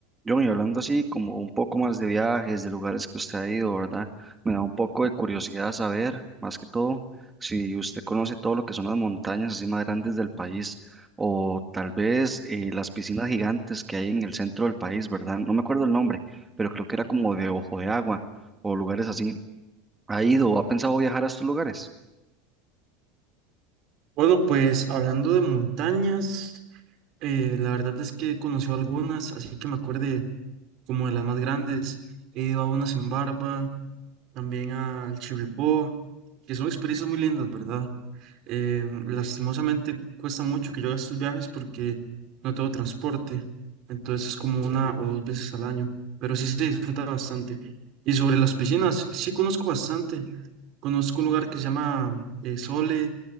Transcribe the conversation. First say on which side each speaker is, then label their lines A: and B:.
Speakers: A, on the right; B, on the right.
A: John, y hablando así como un poco más de viajes, de lugares que usted ha ido, ¿verdad? Me da un poco de curiosidad saber, más que todo, si usted conoce todo lo que son las montañas así más grandes del país o tal vez eh, las piscinas gigantes que hay en el centro del país, ¿verdad? No me acuerdo el nombre, pero creo que era como de Ojo de Agua o lugares así. ¿Ha ido o ha pensado viajar a estos lugares?
B: Bueno, pues hablando de montañas, eh, la verdad es que conoció algunas, así que me acuerde como de las más grandes. He ido a unas en Barba, también al Chirripó, que son experiencias muy lindas, ¿verdad? Eh, lastimosamente cuesta mucho que yo haga estos viajes porque no tengo transporte, entonces es como una o dos veces al año, pero sí se disfruta bastante. Y sobre las piscinas, sí conozco bastante. Conozco un lugar que se llama eh, Sole